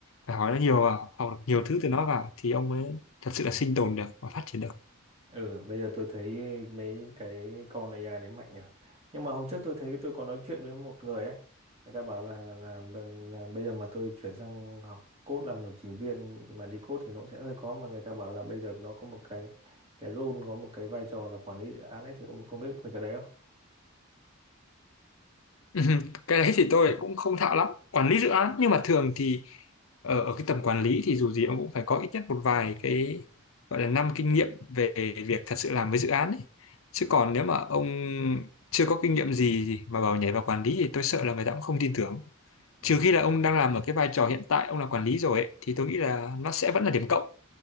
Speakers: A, on the left; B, on the right.
A: phải
B: ừ.
A: hỏi nó nhiều vào học được nhiều thứ từ nó vào thì ông mới thật sự là sinh tồn được và phát triển được
B: Ừ, bây giờ tôi thấy mấy cái con AI đấy mạnh nhỉ. Nhưng mà hôm trước tôi thấy tôi có nói chuyện với một người ấy. Người ta bảo là là, là bây giờ mà tôi chuyển sang học code làm lập trình viên mà đi code thì nó cũng sẽ hơi khó mà người ta bảo là bây giờ nó có một cái cái role có một cái vai trò là quản lý dự án ấy thì ông có biết về cái đấy không?
A: <laughs> cái đấy thì tôi cũng không thạo lắm quản lý dự án nhưng mà thường thì ở, ở cái tầm quản lý thì dù gì ông cũng phải có ít nhất một vài cái gọi là năm kinh nghiệm về việc thật sự làm với dự án ấy. Chứ còn nếu mà ông chưa có kinh nghiệm gì thì mà bảo nhảy vào quản lý thì tôi sợ là người ta cũng không tin tưởng.
B: Ừ.
A: Trừ khi là ông đang làm ở cái vai trò hiện tại ông là quản lý rồi ấy, thì tôi nghĩ là nó sẽ vẫn là điểm cộng.